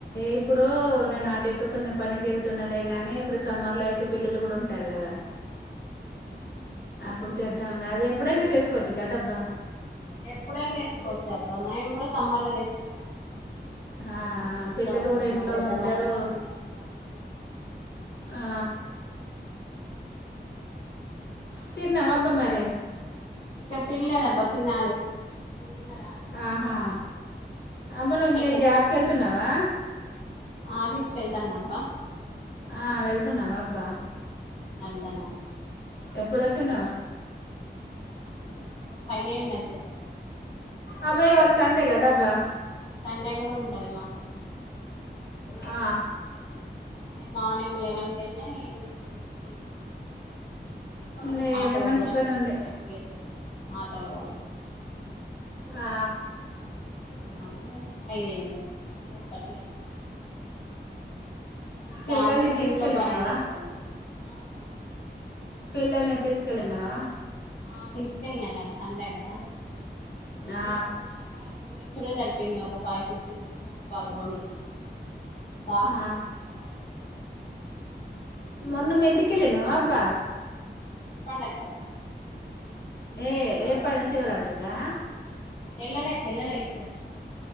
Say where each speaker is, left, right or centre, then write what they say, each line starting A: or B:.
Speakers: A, on the left; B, on the left.
A: ఇప్పుడు నేను అట ఇట్టు కొంచెం పనికి వెళ్తున్నాలేగాని అనే ఇప్పుడు సమ్మర్ లో అయితే పిల్లలు కూడా ఉంటారు కదా అప్పుడు చేద్దాం అది ఎప్పుడైనా చేసుకోవచ్చు కదాబ్బా
B: ఎప్పుడైనా చేసుకోవచ్చు మేము కూడా సమ్మర్ లో చేస్తనే ఉంటాం ఎప్పుడ
A: ఆ
B: మా ఇంట్లో
A: పిల్లలు కూడా ఇంట్లో
B: మా పెద్ద
A: ఉంటారు
B: వాళ్ళకిత్తిన బుద్ధు కా అనప్పుడు చెస్తనే ఉంటారు <unintelligible>
A: ఆ
B: అ
A: తిన్నావా అబ్బా మరి
B: ఇంక తిన లేదబ్బ తినాలి మీరు తిన్నారా
A: ఆహా అమ్మనున్నయి
B: అయిందా
A: జాబ్కి వెళ్తున్నావా
B: ఆఫీస్కెళ్తాన్నబ్బా
A: ఆ వెళ్తున్నావా అబ్బా
B: సర్లే ఉంటన్న
A: ఎప్పుడు వచ్చినా
B: ఇయ్యాల పై అయింది వచ్చే సరికి
A: అబ్బా ఇవాళ సండే కదాబ్బా
B: సండే గూడా ఉంటది మాకు
A: ఆ
B: అన్నే మార్నింగ్ లెవెన్ కెళ్నా ఈవనింగ్ ఫోర్ కీ <inaudible> <inaudible>
A: నీదే
B: ఆటోలు
A: మంచి
B: దొరక్క
A: పని
B: మనకి
A: ఉంది
B: లేట్ గ అయితయ్ గద ఆటోల వల్ల
A: ఆ
B: <inaudible> ఐదైంది ఒచ్చేసర్ ఫోర్ థర్టీ అ‌ <unintelligible>
A: పిల్లల్ని తీసుకెళ్ళినావా
B: <inaudible> ఇంట్లో పనే సరిపోయింది ఆ అబ్బ
A: పిల్లల్ని తీసుకెళ్ళినవా
B: ఆ తీసుకెళ్ళిన ఇయాల సండే గదా
A: ఆ
B: తీస్కెల్నా వాళ్ళు ఫోన్ ఇచ్చుడే సరిపోయింది ఒక ఫై ఫిఫ్టీ రూపీస్ వరకు వాళ్ళ గొనిచ్చినా బాక్స్
A: ఆ
B: తీసుకెళ్ళ వాళ్ళక్ <inaudible>
A: మొన్న మీ ఇంటికెల్లినవా అబ్బ
B: ఏ పండక్ అబ్బా
A: ఏ ఏ ప శివరాత్రికా
B: ఎల్లలే ఎల్లలే ఇప్పుడు ఎల్లలే ఈ మ